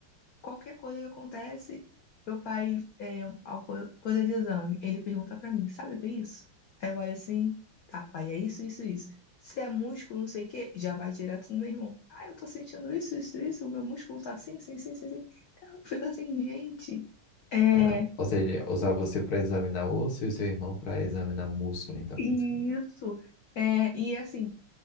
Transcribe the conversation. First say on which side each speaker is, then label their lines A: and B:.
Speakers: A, on the left (about 80°); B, on the left (about 55°).
A: qualquer coisa que acontece, meu pai, é, alguma coisa de exame, ele pergunta pra mim, sabe ver isso? Aí eu olho assim, tá, pai, é isso, isso, isso. Se é músculo, não sei o quê, já vai direto no meu irmão. Ah, eu tô sentindo isso, isso, isso, o meu músculo tá assim, assim, assim, assim. assim. Eu fico assim, gente, é
B: Caramba. Ou seja, usar você para examinar osso e o seu irmão para examinar músculo, então.
A: isso.
B: como se-
A: É, e assim,